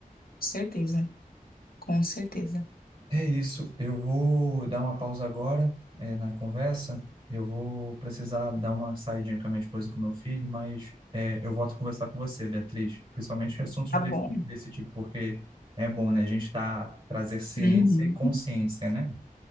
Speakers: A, on the left; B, on the right.
A: Certeza, com certeza.
B: É isso. Eu vou dar uma pausa agora, eh, na conversa. Eu vou precisar dar uma saidinha com a minha esposa e com o meu filho, mas eh, eu volto a conversar com você, Beatriz, principalmente em assuntos
A: Tá
B: desse,
A: bom.
B: desse tipo, porque é bom, né? A gente tá trazer ciência
A: Uhum.
B: e consciência, né?